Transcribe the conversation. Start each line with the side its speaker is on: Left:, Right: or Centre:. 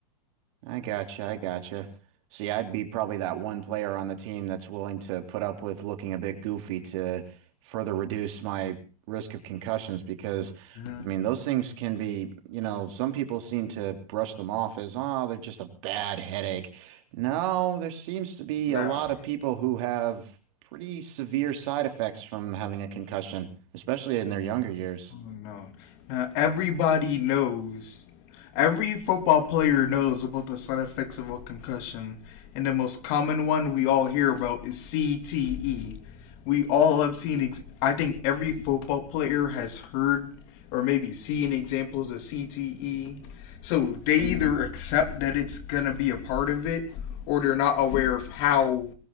Right: I gotcha. I gotcha. See, I'd be probably that one player on the team that's willing to put up with looking a bit goofy to further reduce my risk of concussions because,
Left: no
Right: I mean, those things can be, you know, some people seem to brush them off as, oh, they're just a bad headache. No, there seems to be
Left: no
Right: a lot of people who have pretty severe side effects from having a concussion, especially in their younger years.
Left: Oh no. Now everybody knows. Every football player knows about the side effects of a concussion, and the most common one we all hear about is CTE. We all have seen. Ex- I think every football player has heard or maybe seen examples of CTE. So they either accept that it's gonna be a part of it, or they're not aware of how